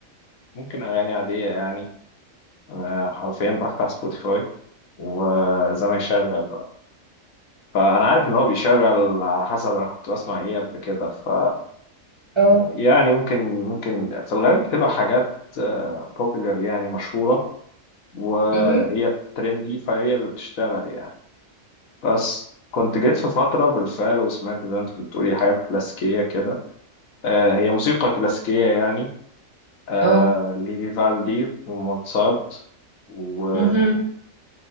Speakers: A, on the left; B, on the right.
A: ممكن اغاني عاديه يعني آه حرفيا بفتح سبوتيفاي وزي ما يشغل فانا عارف ان هو بيشغل على حسب انا كنت بسمع ايه قبل كده ف
B: اه
A: يعني ممكن ممكن في الغالب بتبقى حاجات بوبيلر يعني مشهوره وهي
B: مهم.
A: ترندي فهي اللي بتشتغل يعني بس كنت جيت في فتره بالفعل وسمعت زي ما انت كنت بتقولي حاجات كلاسيكيه كده آه، هي موسيقى كلاسيكيه يعني آه،
B: اه
A: لفيفالدي وموتسارت و...
B: مهم.